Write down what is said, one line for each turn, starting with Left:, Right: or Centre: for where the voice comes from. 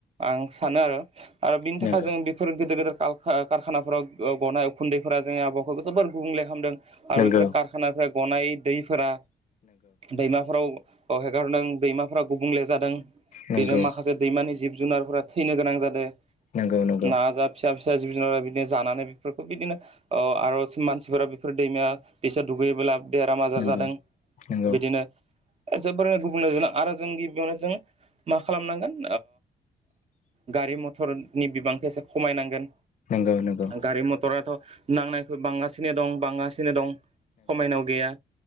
Right: आं सानो आरो आरो बिनि थाखाय
Left: नंगौ
Right: जों बेफोर गेदेर गेदेर कारखानाफोराव गनाय उखुन्दैफोरा जोंनि आबौखौ जोबोर गुबुंले खालामदों आरो
Left: नंगौ
Right: बेफोर कारखानाफोरा गनाय दैफोरा दैमाफोराव अ हेगारदों दैमाफोरा गुबुंले जादों
Left: नंगौ
Right: बेनो
Left: नंगौ
Right: माखासे दैमानि जिब जुनारफोरा थैनो गोनां जादों।
Left: नंगौ नंगौ
Right: ना जा फिसा फिसा जिब जुनार बिदिनो जानानै बेफोरखौ बिदिनो आर आरो मानसिफोरा बेफोर दैमाया दैसा दुगैयोब्ला बेराम आजार
Left: नंगौ
Right: जादों
Left: नंगौ नंगौ
Right: बिदिनो जोबोरैनो गुबुंले आरो जों गिबियावनो जों मा खालामनांगोन गारि मथरनि बिबांखौ एसे खमायनांगोन
Left: नंगौ नंगौ नंगौ
Right: गारि मथराथ' नांनायखइ बांगासिनो दं। बांगासिनो दं खमायनाव गैया